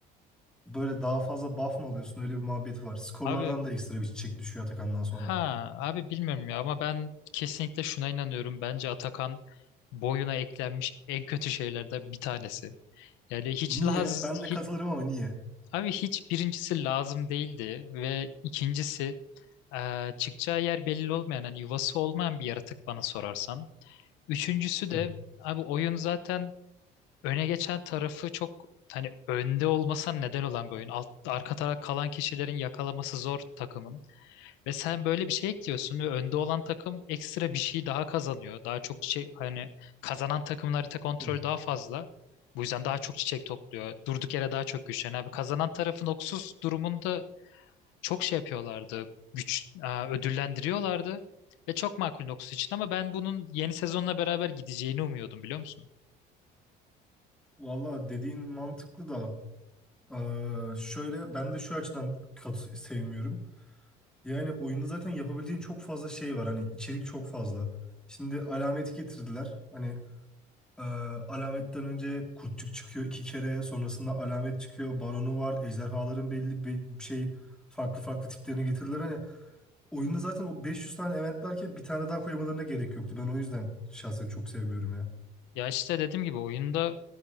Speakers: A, in the centre; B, on the left.
A: böyle daha fazla buff mı alıyorsun? Öyle bir muhabbeti var. Skorlardan
B: Abi
A: da ekstra bir çiçek düşüyor Atakan'dan sonra.
B: Ha abi bilmiyorum ya ama ben kesinlikle şuna inanıyorum. Bence Atakan boyuna eklenmiş en kötü şeylerden bir tanesi. Yani hiç
A: Niye?
B: laz
A: Ben de katılırım
B: hiç,
A: ama niye?
B: abi hiç birincisi lazım değildi ve ikincisi eee, çıkacağı yer belli olmayan hani yuvası olmayan bir yaratık bana sorarsan. Üçüncüsü de
A: Hı,
B: abi oyun zaten öne geçen tarafı çok hani önde olmasa neden olan bir oyun. Alt, arka taraf kalan kişilerin yakalaması zor takımın. Ve sen böyle bir şey ekliyorsun ve önde olan takım ekstra bir şey daha kazanıyor. Daha çok şey hani kazanan takımın harita kontrolü
A: hı.
B: daha fazla. Bu yüzden daha çok çiçek topluyor. Durduk yere daha çok güçleniyor. Abi kazanan tarafın oksuz durumunda çok şey yapıyorlardı. Güç e, ödüllendiriyorlardı. Ve çok makul Noxus için ama ben bunun yeni sezonla beraber gideceğini umuyordum biliyor musun?
A: Valla dediğin mantıklı da eee, şöyle ben de şu açıdan kat sevmiyorum. Yani oyunda zaten yapabileceğin çok fazla şey var. Hani içerik çok fazla. Şimdi alameti getirdiler. Hani Ee, alametten önce kurtçuk çıkıyor iki kere. Sonrasında alamet çıkıyor. Baronu var. Ejderhaların belli bir bir şey farklı farklı tiplerini getirdiler. Hani oyunda zaten o 500 tane eventlerken bir tane daha koymalarına gerek yoktu. Ben o yüzden şahsen çok sevmiyorum ya.
B: Ya işte dediğim gibi oyunda